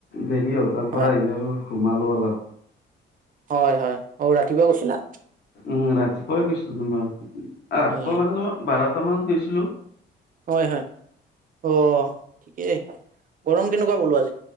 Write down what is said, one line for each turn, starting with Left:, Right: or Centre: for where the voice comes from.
Left: দেৰি হ'ল। তাৰ
Right: হয়
Left: পৰা আহি আৰু ঘুমালোঁ অলপ।
Right: হয় হয় অ ৰাতিপুৱা গৈছিলা?
Left: উম ৰাতিপুৱাই গৈছিলো তোমাৰ। আ ৰাতিপুৱা
Right: হয়
Left: মানে তোমাৰ বাৰটা মানত গৈছিলো।
Right: হয় হয় অ ঠিকেই, গৰম কেনেকুৱা বোলো আজি?